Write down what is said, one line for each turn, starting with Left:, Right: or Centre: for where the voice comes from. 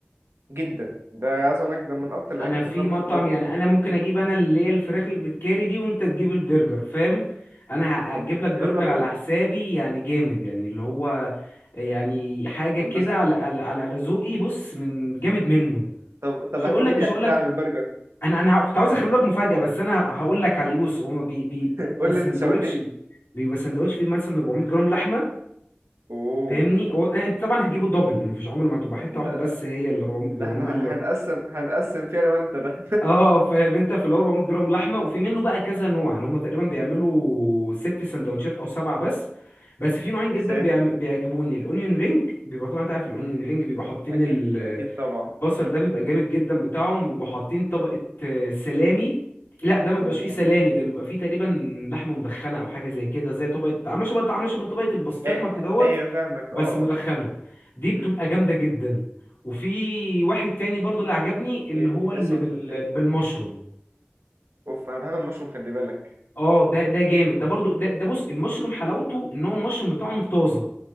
Right: جدا ده عايز اقول لك ده من اكتر الاكلات
Left: انا في
Right: اللي انا
Left: مطعم
Right: بفضلها
Left: يعني انا ممكن اجيب انا اللي هي الفراخ اللي بتكاري دي وانت تجيب البرجر فاهم انا ه-
Right: طب
Left: هجيب لك برجر
Right: يلا بينا
Left: على حسابي يعني جامد يعني اللي هو يعني حاجه كده
Right: طب بس
Left: على على على على ذوقي بص من جامد منه
Right: طب طب
Left: مش
Right: احكي
Left: هقول لك مش
Right: لي احكي
Left: هقول لك
Right: لي عن البرجر
Left: انا انا كنت عاوز اخلي لك مفاجاه بس انا هقول لك عليه بص هو بي- بي- بيبقى
Right: قول
Left: سندوتش
Right: لي انت شوقتني
Left: بيبقى سندوتش فيه مثلا 400 جرام لحمه
Right: اوه
Left: فاهمني هو انت طبعا هتجيبه دبل مفيش عمر ما هتبقى حته واحده
Right: ده
Left: بس هي ال 400 جرام
Right: ده احنا
Left: هما
Right: هنقسم هنقسم فيه انا وانت ده
Left: اه فاهم انت في ال 400 جرام لحمه وفي منه بقى كذا نوع يعني هم تقريبا بيعملوا ست سندوتشات او سبعه بس بس في نوعين
Right: <laughs> يا
Left: جدا
Right: ساتر
Left: بيعم- بيعجبوني الاونيون رينج بيبقى طبعا انت عارف الاونيون
Right: مم.
Left: رينج بيبقى حاطين
Right: اكيد
Left: ال-
Right: اكيد طبعا
Left: البصل ده بيبقى جامد جدا بتاعهم وبيبقوا حاطين طبقه آه، سلامي لا ده ما
Right: اوه
Left: بيبقاش فيه سلامي ده بيبقى فيه تقريبا لحمه مدخنه او حاجه زي كده زي طبقه عامله شبه عامله شبه طبقه البسطرمه
Right: أي...
Left: كدهوت
Right: ايوه فاهمك
Left: بس
Right: اه اه
Left: مدخنة دي بتبقى
Right: امم
Left: جامدة جدا وفي واحد تاني برضو اللي عجبني
Right: ايه
Left: اللي
Right: ال-
Left: هو اللي
Right: إيه الصنف
Left: بال...
Right: التاني
Left: بالمشروم
Right: اوف انا بحب المشروم خلي بالك
Left: اه ده ده جامد ده برضو ده, ده بص المشروم حلاوته ان هو المشروم بتاعهم طازة